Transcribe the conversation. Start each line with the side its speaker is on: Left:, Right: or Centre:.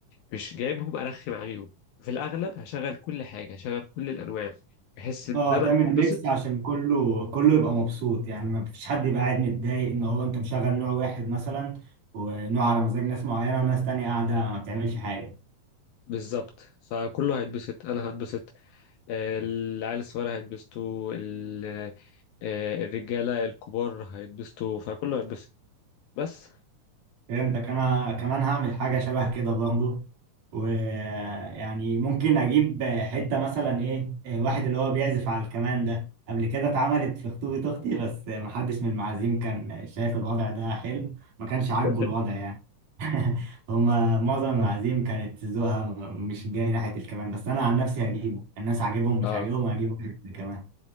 Left: مش جايبهم ارخم عليهم في الاغلب هشغل كل حاجه هشغل كل الانواع بحس ان
Right: اه
Left: انا
Right: تعمل
Left: اتبسط
Right: ميكس عشان كله كله يبقى مبسوط يعني ما فيش حد يبقى قاعد متضايق ان هو انت مشغل نوع واحد مثلا ونوع على مزاج ناس معينة وناس تانية قاعدة ما بتعملش حاجة
Left: بالظبط فكله هيتبسط انا هتبسط آه، العيال الصغيره هيتبسطوا ال- آه، الرجاله الكبار هيتبسطوا فكله هيتبسط بس
Right: فهمتك انا كمان هعمل حاجه شبه كده برضه ويعني ممكن اجيب حته مثلا ايه واحد اللي هو بيعزف على الكمان ده قبل كده اتعملت في خطوبه اختي بس محدش من المعازيم كان شايف الوضع ده حلو ما كانش عاجبه
Left: <laughs>
Right: الوضع يعني <laughs> هما معظم المعازيم كانت ذوقها مش جاي ناحيه الكمان بس انا عن نفسي هجيبه الناس عاجبهم مش
Left: اه
Right: عاجبهم هجيبه كمان